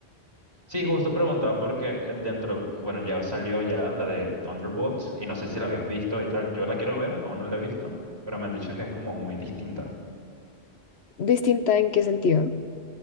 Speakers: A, on the right; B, on the left.
A: Sí, justo preguntaba porque eh, dentro, bueno, ya salió ya la de Thunderbolts y no sé si la habías visto y tal. Yo la quiero ver, aún no la he visto, pero me han dicho que es como muy distinta.
B: ¿Distinta en qué sentido?